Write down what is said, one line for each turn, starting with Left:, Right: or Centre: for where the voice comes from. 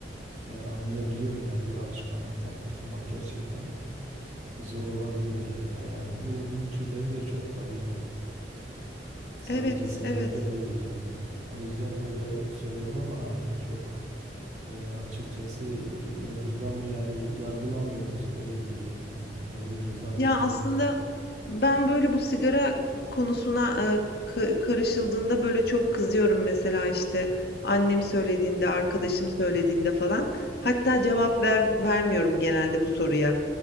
Right: e, anlayabiliyorum yani bir alışkanlıktan kurtulmak gerçekten. zor olabiliyor yani. ya. Yani bu bunun türleri de çok tabii. Sadece
Left: Evet,
Right: sigarada
Left: evet.
Right: değil yani. O yüzden böyle söyledim ama hani çok e, açıkçası e, yadırgam yani yargılamıyorum öyle diyeyim yani. Doğru bir ifade
Left: Ya
Right: oldu
Left: aslında
Right: mu bilmiyorum.
Left: ben böyle bu sigara konusuna e, ka- karışıldığında böyle çok kızıyorum mesela işte annem söylediğinde, arkadaşım söylediğinde falan. Hatta cevap ver- vermiyorum genelde bu soruya.